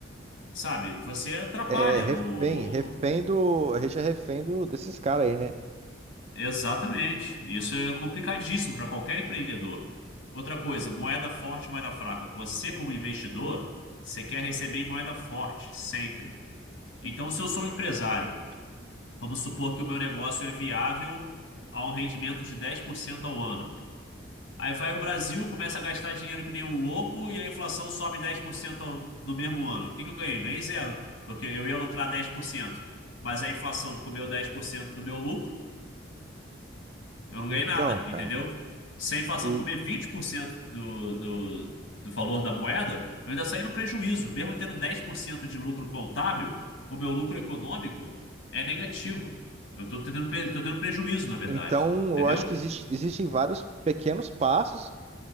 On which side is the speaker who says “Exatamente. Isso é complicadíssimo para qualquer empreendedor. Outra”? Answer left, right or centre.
Left